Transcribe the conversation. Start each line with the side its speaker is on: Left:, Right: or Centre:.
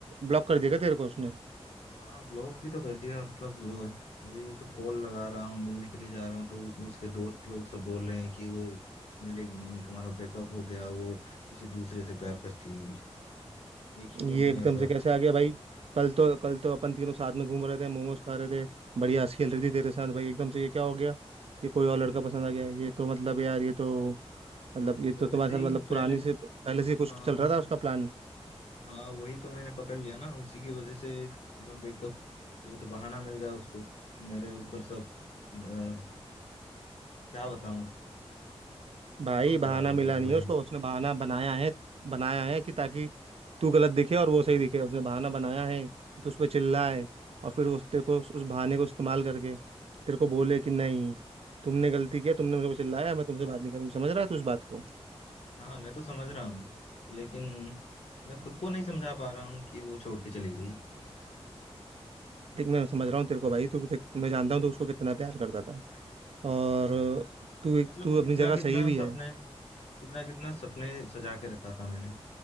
Right: ब्लॉक कर देगा तेरे को उसने
Left: हाँ ब्लॉक भी तो कर दिया मतलब अ, अभी तो कॉल लगा रहा हूँ मिलने के लिए जा रहा हूँ तो उसके दोस्त लोग सब बोल रहे हैं कि वो मिलेगी नहीं तुम्हारा ब्रेकअप हो गया वो किसी दूसरे से प्यार करती है अभी एक ही
Right: ये
Left: दिन में
Right: एकदम
Left: ऐसा
Right: से कैसे आ गया भाई कल तो कल तो अपन तीनों साथ में घूम रहे थे मोमोज खा रहे थे बढ़िया हंसी खेल रही थी तेरे साथ भाई एकदम से ये क्या हो गया ये कोई और लड़का पसंद आ गया ये तो मतलब यार ये तो मतलब ये तो
Left: पहले
Right: तुम्हारे
Left: से ही
Right: साथ मतलब
Left: पहले
Right: पुरानी से
Left: से
Right: पहले से कुछ
Left: हाँ
Right: चल रहा
Left: मतलब
Right: था उसका प्लान
Left: हाँ वही तो मैंने पकड़ लिया ना उसी की वजह से मतलब ब्रेकअप ये तो बहाना मिल गया उसको मेरे ऊपर सब अ, क्या बताऊं
Right: भाई
Left: बहुत
Right: बहाना
Left: खराब लग
Right: मिला
Left: रहा है
Right: नहीं
Left: भाई
Right: है उसको उसने बहाना बनाया है बनाया है कि ताकि तू गलत दिखे और वो सही दिखे उसने बहाना बनाया है तो उस पर चिल्लाए और फिर उस तेरे को उस उस बहाने को इस्तेमाल करके तेरे को बोले कि नहीं तुमने गलती किया तुमने मेरे को चिल्लाया मैं तुमसे बात नहीं करूंगी समझ रहा है तू इस बात को
Left: हाँ हाँ, मैं तो समझ रहा हूँ लेकिन मैं खुद को नहीं समझा पा रहा हूँ कि वो छोड़ के चली गई
Right: देख मैं समझ रहा हूँ तेरे को भाई तू देख मैं जानता हूँ तू उसको कितना प्यार करता था और तू
Left: मतलब
Right: तू
Left: कितना
Right: अपनी जगह
Left: कितना
Right: सही भी
Left: सपने
Right: है
Left: कितना कितना सपने सजा के रखा था मैंने